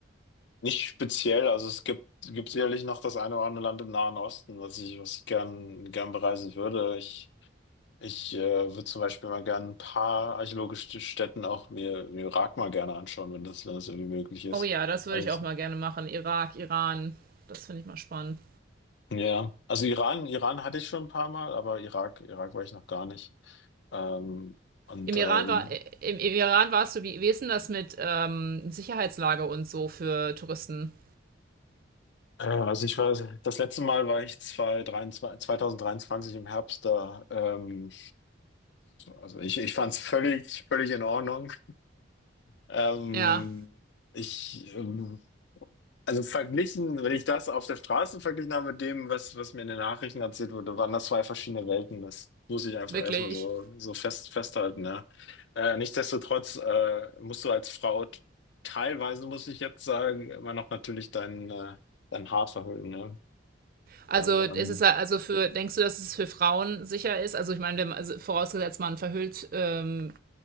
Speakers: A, on the left; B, on the right.
A: Nicht speziell, also es gibt, gibt sicherlich noch das eine oder andere Land im Nahen Osten, was ich, was ich gern, gern bereisen würde. Ich, ich äh, würde zum Beispiel mal gern ein paar archäologische Stätten auch mir im Irak mal gerne anschauen, wenn das, wenn das irgendwie möglich ist.
B: Oh ja, das würde
A: Also,
B: ich auch mal gerne machen. Irak, Iran, das finde ich mal spannend.
A: Ja, ja. also Iran, Iran hatte ich schon ein paar Mal, aber Irak, Irak war ich noch gar nicht. Ähm, und
B: Im
A: äh,
B: Iran
A: in-
B: war, äh, im, im Iran warst du, wie, wie ist denn das mit ähm, Sicherheitslage und so für Touristen?
A: äh, also ich war, das letzte Mal war ich 2023, 2023 im Herbst da. Ähm, also ich, ich fand es völlig, völlig in Ordnung. Ähm,
B: Ja,
A: ich, ähm, Also verglichen, wenn ich das auf der Straße verglichen habe mit dem, was, was mir in den Nachrichten erzählt wurde, waren das zwei verschiedene Welten. Das muss ich einfach
B: wirklich.
A: erstmal so, so fest, festhalten, ja. Äh, nichtsdestotrotz, äh, musst du als Frau t- teilweise, muss ich jetzt sagen, immer noch natürlich dein, äh, dein Haar verhüllen, ne?
B: Also
A: Ähm,
B: ist es ja- also für, denkst du, dass es für Frauen sicher ist? Also ich meine, wenn man, also vorausgesetzt man verhüllt, ähm,